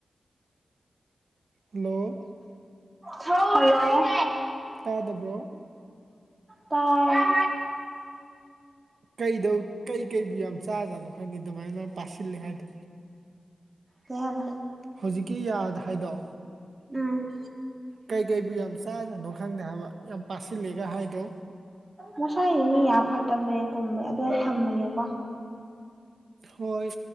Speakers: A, on the right; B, on the right.
A: ꯍꯜꯂꯣ
B: ꯍꯜꯂꯣ
A: ꯇꯥꯗꯕ꯭ꯔꯣ
B: ꯇꯥꯢ
A: ꯀꯩꯗꯧ ꯀꯩ ꯀꯩꯕꯨ ꯌꯥꯝ ꯆꯥꯖꯥꯠꯅꯣ ꯈꯪꯗꯦ ꯗꯨꯃꯥꯏꯅ ꯄꯥꯁꯤꯜꯂꯦ ꯍꯥꯏꯗꯣ
B: ꯀꯩ ꯍꯥꯢꯅꯣ
A: ꯍꯧꯖꯤꯛꯀꯤ ꯌꯥꯗ ꯍꯥꯏꯗꯣ
B: ꯎꯝ
A: ꯀꯩꯀꯩꯕꯨ ꯌꯥꯝ ꯆꯥꯖꯅꯣ ꯈꯪꯗꯦ ꯍꯥꯕ ꯌꯥꯝ ꯄꯥꯁꯤꯜꯂꯦꯒ ꯍꯥꯏꯗꯣ
B: ꯃꯁꯥꯒꯤ ꯃꯤ ꯌꯥ ꯐꯠꯇꯕ ꯂꯩ ꯀꯨꯝꯕ ꯑꯗꯨ ꯑꯩ ꯊꯝꯃꯒꯦꯀꯣ
A: ꯍꯣꯏ